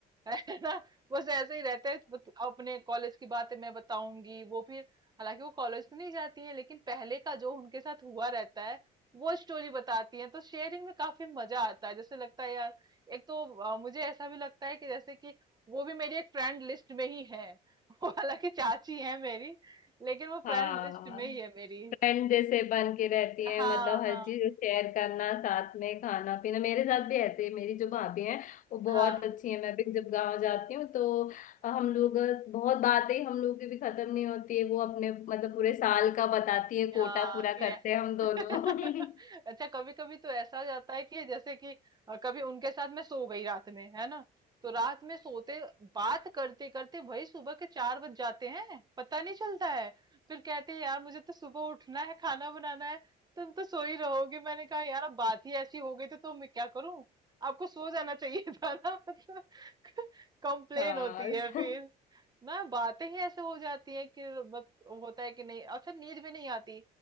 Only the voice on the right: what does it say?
<laughs> है ना बस ऐसे ही रहते हैं बत- अपने कॉलेज की बातें मैं बताऊंगी वो फिर हालांकि वो कॉलेज तो नहीं जाती है लेकिन पहले का जो उनके साथ हुआ रहता है वो स्टोरी बताती हैं तो शेयरिंग में काफी मजा आता है जैसे लगता है यार एक तो अ, मुझे ऐसा भी लगता है कि जैसे कि वो भी मेरी एक फ्रेंड लिस्ट में ही है <laughs> वो हालांकि चाची है मेरी लेकिन वो
फ्रेंड लिस्ट में ही है मेरी
हाँ
हाँ
हाँ
हाँ
कि
<laughs> अच्छा कभी कभी तो ऐसा हो जाता है कि जैसे कि अ, कभी उनके साथ मैं सो गई रात में है ना तो रात में सोते बात करते करते वही सुबह के चार बज जाते हैं पता नहीं चलता है फिर कहते हैं यार मुझे तो सुबह उठना है खाना बनाना है तुम तो सो ही रहोगे मैंने कहा यार अब बात ही ऐसी हो गई तो, तो मैं क्या करूं आपको सो जाना चाहिए था ना <laughs> मतलब कंप्लेन
होती है फिर ना बातें ही ऐसे हो जाती है कि बस होता है कि नहीं अच्छा नींद भी नहीं आती